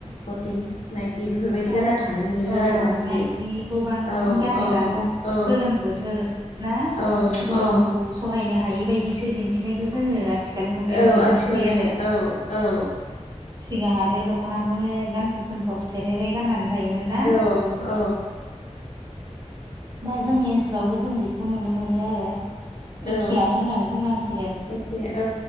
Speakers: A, on the left; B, on the right.
A: फरटिन नाइटि बेफोरबायदि
B: औ
A: गानना थानाय नुयो
B: औ
A: आरो
B: औ
A: बांसिन
B: नाइटिखौ बांसिन
A: औ
B: गानो
A: औ
B: दाथ'
A: औ
B: गोलोम बोथोर ना
A: औ
B: गरखौ
A: औ
B: सहायनो हायि बायदिसो दिन्थिनायखौ जोङो आथिखाल मुगायाव
A: औ
B: नुनो
A: आथिखालाव
B: मोनसै आरो।
A: औ औ
B: सिगां आरो दखनाखौनो गानफब जोमफब सेरेरे गाननानै थायोमोन ना?
A: औ औ
B: दा जोंनि ओनसोलावबो जों बेखौ नुनो मोनो आरो।
A: औ
B: एखेयानो होननानै बुंनांसिगोन
A: एखे औ